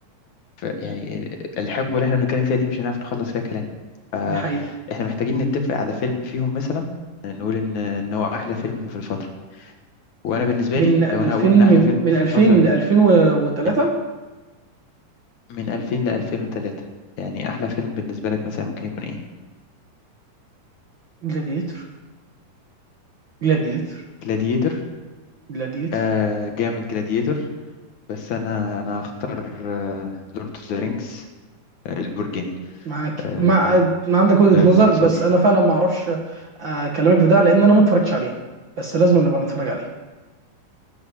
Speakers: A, on the left; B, on the right.
A: ف يعني الحقبة اللي احنا بنتكلم فيها دي مش هنعرف نخلص فيها كلام فاحنا
B: ده حقيقي
A: محتاجين نتفق على فيلم فيهم مثلا نقول ان ان هو احلى فيلم في الفترة وانا بالنسبة
B: من
A: لي
B: 2000
A: لو انا هقول ان احلى
B: من
A: فيلم
B: من
A: في
B: 2000
A: الفترة
B: ل 2003
A: من من 2000 ل 2003 يعني احلى فيلم بالنسبة لك مثلا ممكن يكون ايه
B: جلاديتور جلاديتر
A: جلاديتور
B: جلاديتر
A: آه جامد جلاديتور بس انا انا هختار لورد اوف ذا رينجز البرجين
B: معاك
A: آه
B: مع ما عندك وجهة
A: باختصار
B: نظر بس انا فعلا ما اعرفش آه، اكلمك في ده لان انا ما اتفرجتش عليه بس لازم نبقى نتفرج عليه